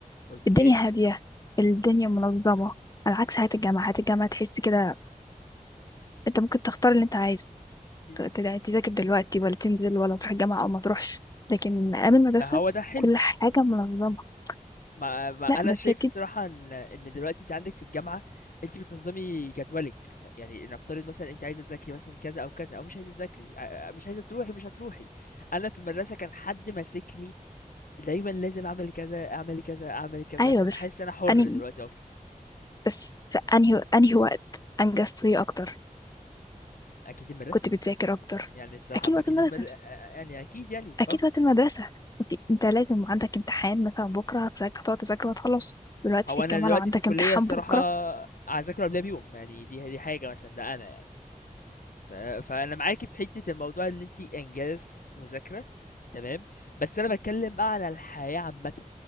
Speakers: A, on the left; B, on the left.
A: اوكي
B: الدنيا هادية الدنيا منظمة على عكس حياة الجامعة حياة الجامعة تحس كده أنت ممكن تختار اللي أنت عايزه
A: إيه.
B: ت- ت- تذاكر دلوقتي ولا تنزل ولا تروح الجامعة أو ما تروحش لكن أيام المدرسة
A: ما هو ده حلو
B: كل حاجة منظمة
A: ما, ما
B: لا
A: انا
B: بس
A: شايف
B: هي بتد...
A: الصراحه ان ان دلوقتي انت عندك في الجامعه انت بتنظمي جدولك ف- يعني نفترض مثلا انت عايزه تذاكري مثلا كذا او كذا او مش عايزه تذاكري ع- مش عايزه تروحي مش هتروحي انا في المدرسه كان حد ماسكني دايما لازم اعمل كذا اعمل كذا اعمل كذا
B: أيوة
A: فانا
B: بس
A: حاسس انا حر
B: أني
A: دلوقتي اكتر
B: بس في أنهي أنهي وقت أنجزت فيه أكتر
A: اكيد المدرسه
B: كنت بتذاكر أكتر
A: يعني الصراحه
B: أكيد
A: ما
B: وقت
A: اكيد
B: المدرسة
A: المدر... يعني اكيد يعني
B: اكيد
A: اه
B: وقت المدرسه انت إنت لازم عندك امتحان مثلا بكره هتذاكر هتقعد تذاكر وهتخلص دلوقتي
A: هو
B: في الجامعه
A: انا دلوقتي
B: لو عندك
A: في الكليه
B: امتحان
A: الصراحه
B: بكره
A: هذاكره قبلها بيوم يعني دي دي حاجه مثلا ده انا يعني ف... فانا معاكي في حته الموضوع ان انت انجاز مذاكره تمام بس انا بتكلم بقى على الحياه عامه